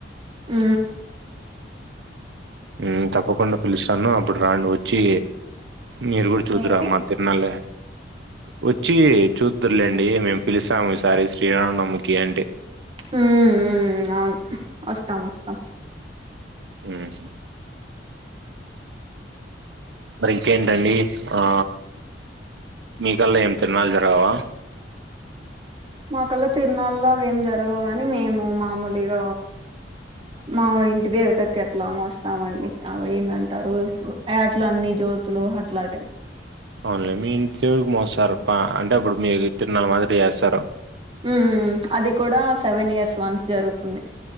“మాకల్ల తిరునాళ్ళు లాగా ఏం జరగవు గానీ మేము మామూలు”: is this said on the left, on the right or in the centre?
Right